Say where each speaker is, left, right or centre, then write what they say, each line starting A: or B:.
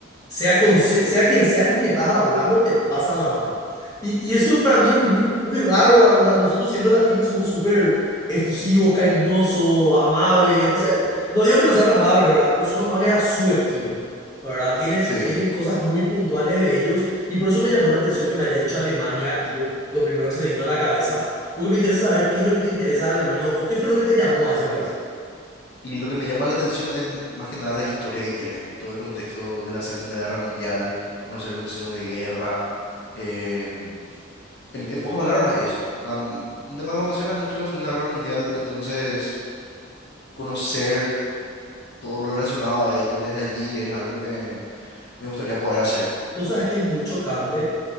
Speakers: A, on the left; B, on the left.
A: sea, con, sea quien sea con quien estás hablando, te pasan la mano. Y, y eso para mí es muy, muy raro. O sea, nosotros siendo latinos somos súper efusivos, cariñosos, amables, no sé. No digo que no sean amables, ¿verdad? Pero son amables a su estilo, ¿no, ¿verdad? Tienen,
B: Sí.
A: tienen cosas muy puntuales de ellos y por eso me llamó la atención que me hayas dicho Alemania, tipo, lo primero que se te vino a la cabeza, porque me interesa saber qué es lo que te interesa de Alemania o qué fue lo que te llamó a ese país.
B: Y lo que me llama la atención es m- más que nada la historia que tiene, todo el contexto de la Segunda Guerra Mundial, conocer el Museo de Guerra. em, en, en pocas palabras, eso. Am, un tema que me apasiona es mucho la Segunda Guerra Mundial, entonces conocer todo lo relacionado a ello desde allí es algo que me, me gustaría poder hacer.
A: Vos sabes que es muy chocante